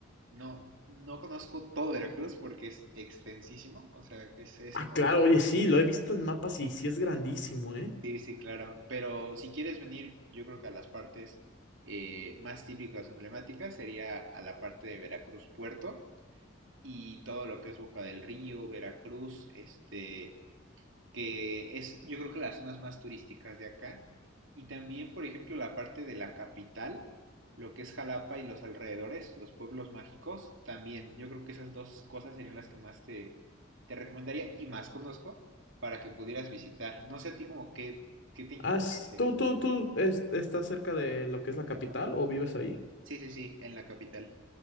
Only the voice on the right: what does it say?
no, no conozco todo Veracruz porque es extensísimo, o sea, es, es
enorme.
Sí, sí, claro. Pero si quieres venir, yo creo que a las partes eh, más típicas o emblemáticas sería a la parte de Veracruz Puerto y todo lo que es Boca del Río, Veracruz, este, que es yo creo que las zonas más turísticas de acá. Y también, por ejemplo, la parte de la capital, lo que es Jalapa y los alrededores, los pueblos mágicos, también yo creo que esas dos cosas serían las que más te, te recomendaría y más conozco para que pudieras visitar. No sé a ti como qué, qué te interese.
Sí, sí, sí, en la capital.